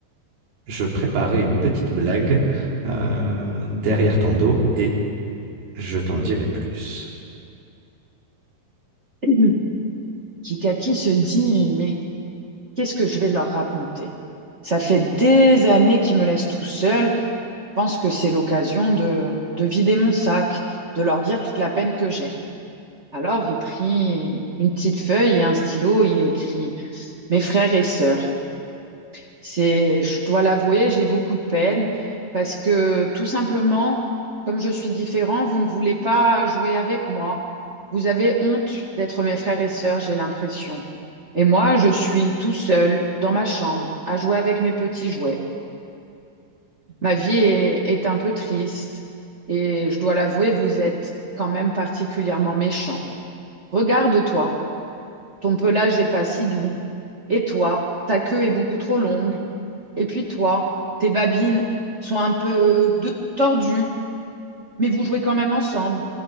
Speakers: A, on the right; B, on the right.
A: je préparais une petite blague euh, derrière ton dos et je t'en dirai plus.
B: <clears throat> Kikaki se dit, mais Qu'est-ce que je vais leur raconter? Ça fait des années qu'ils me laissent tout seul. Je pense que c'est l'occasion de, de vider mon sac, de leur dire toute la peine que j'ai. Alors, il prit une petite feuille et un stylo. Il écrit Mes frères et sœurs, c'est, je dois l'avouer, j'ai beaucoup de peine parce que tout simplement, comme je suis différent, vous ne voulez pas jouer avec moi. Vous avez honte d'être mes frères et sœurs, j'ai l'impression. Et moi, je suis tout seul dans ma chambre à jouer avec mes petits jouets. Ma vie est, est un peu triste et je dois l'avouer, vous êtes quand même particulièrement méchant. Regarde-toi. Ton pelage n'est pas si doux. Et toi, ta queue est beaucoup trop longue. Et puis toi, tes babines sont un peu de- tordues, mais vous jouez quand même ensemble.